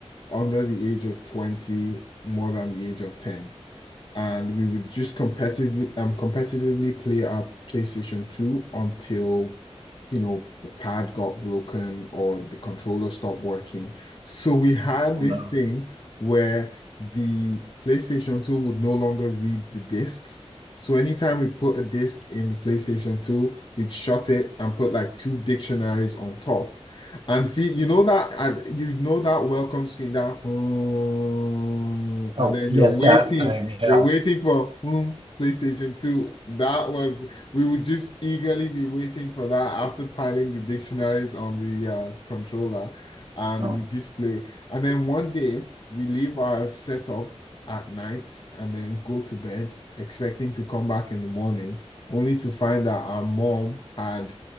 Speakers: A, on the left (about 45°); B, on the right (about 50°).
A: under the age of 20, more than the age of 10 and we would just competitively um competitively play our PlayStation 2 until you know the pad got broken or the controller stopped working. So we had
B: Oh
A: this
B: no!
A: thing where the PlayStation 2 would no longer read the discs. So anytime we put a disc in the PlayStation 2, we'd shut it and put like two dictionaries on top. And see, you know that and you know that welcome screen that oh, and
B: Oh
A: then
B: yes,
A: you're waiting
B: that thing. Yeah.
A: you're waiting for whom? PlayStation 2. That was, we would just eagerly be waiting for that after piling the dictionaries on the uh, controller and
B: Oh,
A: we just play. And then one day we leave our setup at night and then go to bed, expecting to come back in the morning, only to find that our mom had